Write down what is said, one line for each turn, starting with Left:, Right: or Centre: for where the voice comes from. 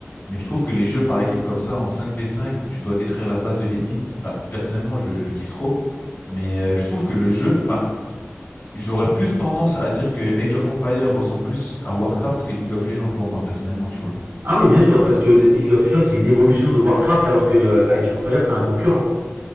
Left: Mais je trouve que les jeux par équipe comme ça, en cinq v cinq, où tu dois détruire la base de l'ennemi, enfin, personnellement, je, je kiffe trop. Mais euh, je trouve que le jeu, enfin, j'aurais plus tendance à dire que Age of Empires ressemble plus à Warcraft que League of Legends pour moi, personnellement, tu vois.
Right: Ah oui, bien sûr, parce que League of Legends, c'est une évolution de Warcraft, alors que euh, Age of Empires, c'est un concurrent.